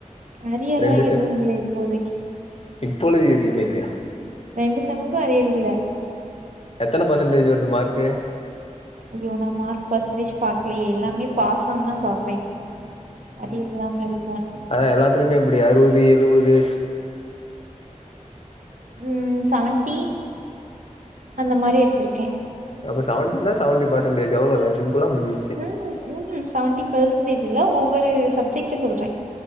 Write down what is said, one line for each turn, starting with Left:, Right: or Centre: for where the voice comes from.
Right: அரியர்ல்லா
Left: ரெண்டு செம்
Right: எதுவு இல்ல இப்போதைக்கி
Left: இப்பொழுது எதுமே இல்லையா
Right: ரெண்டு செம்முக்கு அரியர் இல்ல
Left: எத்தன பர்ஸன்ட்டேஜ் வருது மார்க்கு
Right: அய்யோ நா மார்க் பர்சன்டேஜ் பாக்லையே எல்லாமே பாஸ்சாந்தா பாப்பே அரியர் இல்லாம இருக்கானு
Left: அதா எல்லாத்துலயுமே எப்டி அறுவது எழுவது
Right: ம் சவன்ட்டி அந்த மாரி எடுத்திருக்கே
Left: அப்ப சவன்டின்னா சவன்டி பெர்சன்டேஜ் அவ்ளதா சிம்பிளா முஞ்சு
Right: ம் ம் சவன்டி பெர்சன்டேஜ் இல்ல ஒவ்வொரு சப்ஜெக்ட்ட சொல்றே